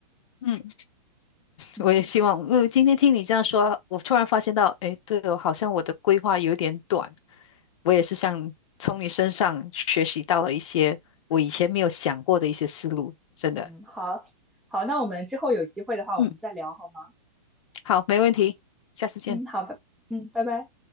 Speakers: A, on the left (about 50°); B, in the centre.
A: <laughs> 嗯
B: 嗯
A: 我也希望，呃，今天听你这样说，我突然发现到，哎，对哦，好像我的规划有点短。我也是像从你身上学习到了一些我以前没有想过的一些思路，
B: 嗯
A: 真的。
B: 嗯，好好，那我们之后有机会的话，
A: 嗯。
B: 我们再聊好吗？
A: 好，没问题，下次见。
B: 嗯，好吧，嗯，拜拜。